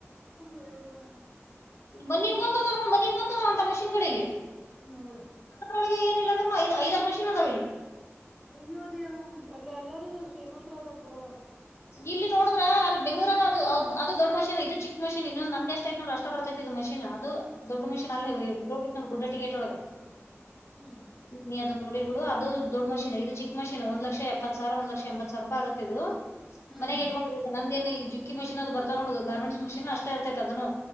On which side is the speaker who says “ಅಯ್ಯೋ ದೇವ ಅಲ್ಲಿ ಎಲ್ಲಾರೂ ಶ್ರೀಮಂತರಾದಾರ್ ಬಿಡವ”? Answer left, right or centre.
Centre